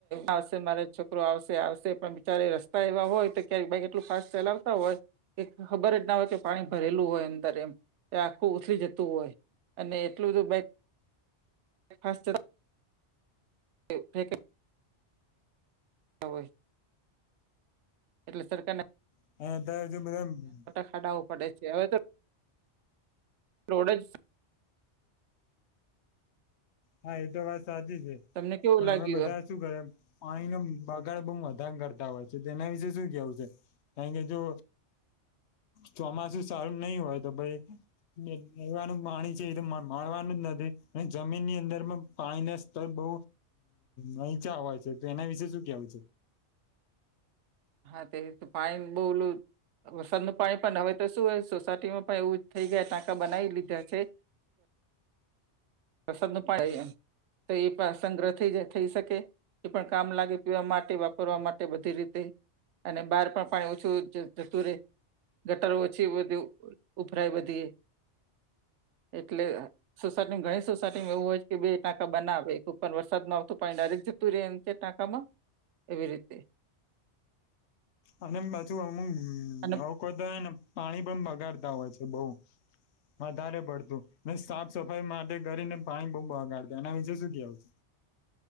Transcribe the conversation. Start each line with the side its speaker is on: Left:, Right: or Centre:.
Right: આવશે મારે છોકરો આવશે આવશે પણ બિચારે રસ્તા એવા હોય તો ક્યારેક બાઈક એટલું ફાસ્ટ ચલાવતા હોય કે ખબર જ ના હોય કે પાણી ભરેલું હોય એમ એમ એ આખું ઉતરી જતું હોય અને એટલું જો બે <inaudible> <inaudible> હોય એટલે સરકાર ના
Left: <unintelligible>
Right: ખાડાવું પડે છે હવે તો રોડે જ
Left: હા એ તો વાત સાચી છે
Right: તમને કેવું
Left: પણ
Right: લાગ્યું
Left: અમે બધા શું કરે પાણીનો બગાડ બઉ વધારે કરતા હોય છે તેના વિશે શું કેવું છે કારણ કે જો ચોમાસું સારું નહી હોય તો ભાઈ પીવાનું પાણી છે એ તો મ-મળવાનું જ નથી અને જમીન ની અંદરમાં પાણીના સ્તર બઉ નીચા હોય છે તો એના વિશે શું કેવું છે
Right: હા તે તો પાણી બોવ ઓલુ વરસાદનું પાણી પણ હવે તો શું સોસાયટીમાં પણ એવું જ થઈ ગયા ટાંકા બનાવી લીધા છે વરસાદનું પાણી <unintelligible> તો એ પણ સંગ્રહ થઈ જાય થઈ શકે એ પણ કામ લાગી ગયું માટી વાપરવા માટે બધી રીતે અને બહાર પણ પાણી ઓછું જતું રયે ગટરો ઓછી વધુ ઉભરાય બધી એ એટલે <unintelligible> સોસાયટીમાં એવું હોય છે કે બે ટાંકા બનાવે પણ વરસાદમાં આવતું પાણી ડાયરેક જતું રહે એમ ટાંકામાં એવી રીતે
Left: અને પાછું અમુક
Right: અને
Left: લોકો છે ને પાણી પણ બગાડતા હોય છે બઉ વધારે પડતું ને સાફ સફાઈ માટે કરીને પાણી બહુ બગાડત એના વિશેે શું કેવું